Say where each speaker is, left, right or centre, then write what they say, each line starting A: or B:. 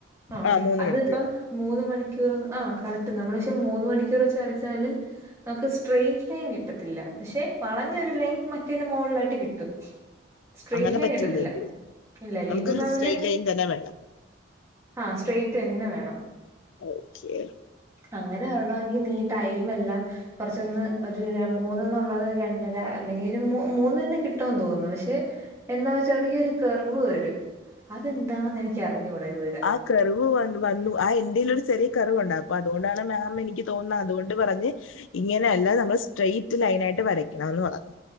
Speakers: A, on the right (about 15°); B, on the left (about 85°).
A: ആഹ്
B: ആ മൂന്ന്
A: അത്പ്പം
B: മണിക്കൂർ
A: മൂന്ന് മണിക്കൂറ് ആ കറക്റ്റ് നമ്മള് പക്ഷെ മൂന്ന് മണിക്കൂർ വെച്ച് വരച്ചാല് നമുക്ക് സ്ട്രെറ്റ് ലൈൻ കിട്ടത്തില്ല പക്ഷെ വളഞ്ഞൊരു ലൈൻ മറ്റേന്റെ മോളിലായിട്ട് കിട്ടും സ്ട്രൈറ്റ്
B: അങ്ങനെ
A: ലൈൻ
B: പറ്റൂലല്ലോ
A: കിട്ടത്തില്ല ഇല്ല ലീനു
B: നമുക്ക്
A: മാമിന്
B: സ്ട്രെയിറ്റ് ലൈൻ തന്നെ വേണം
A: ആഹ് സ്ട്രൈന്നെ വേണം
B: ഓക്കെ
A: അങ്ങനെ വരണോങ്കി നീ ടൈമെല്ലാം കൊറച്ചൊന്ന് ഒരു മൂന്നന്നുള്ളത് രണ്ടര അല്ലെങ്കി ഒരു മൂന്നന്നെ കിട്ടൊവോന്ന് തോന്നുണ് പക്ഷെ എന്നാൽ ചെറിയൊരു കെർവ് വരും അതെന്താണെന്ന് എനിക്കറിഞ്ഞൂട ഇതുവരെ
B: ആ കെർവ് വ വന്നു ആ ഇന്റെലൊരു ചെറിയ കെർവ്ണ്ടായ് അപ്പൊ അതുകൊണ്ടാണ് മാം എനിക്ക് തോന്നുന്നത് അതുകൊണ്ട് പറഞ് ഇങ്ങനെയല്ല നമ്മൾ സ്ട്രൈറ്റ് ലൈനായിട്ട് വരയ്ക്കണംന്ന് പറഞ്ഞു